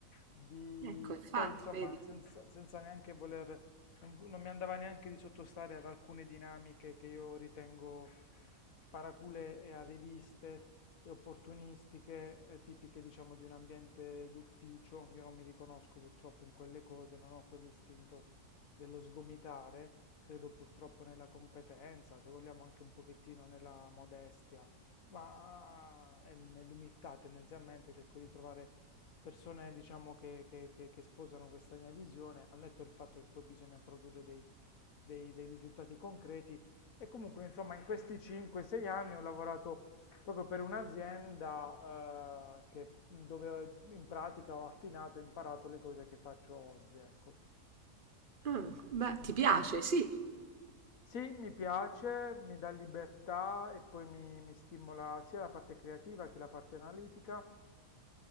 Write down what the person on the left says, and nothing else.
Di,
poi, insomma,
senza, senza neanche voler non, v- non mi andava neanche di sottostare ad alcune dinamiche che io ritengo paracule e arriviste e opportunistiche, eh, tipiche diciamo di un ambiente d'ufficio. Io non mi riconosco purtroppo in quelle cose, non ho quell'istinto dello sgomitare, credo purtroppo nella competenza, se vogliamo anche un pochettino nella modestia, ma e nell'umiltà tendenzialmente cerco di trovare persone, diciamo, che, che- che- che sposano questa mia visione, al netto del fatto che poi bisogna produrre dei, dei- dei risultati concreti. E comunque, insomma, in questi 5-6 anni ho lavorato proprio per un'azienda, eh, che- dove in pratica ho affinato e imparato le cose che faccio oggi, ecco.
Mm,
mm.
Sì, mi piace, mi dà libertà e poi mi, mi stimola sia la parte creativa che la parte analitica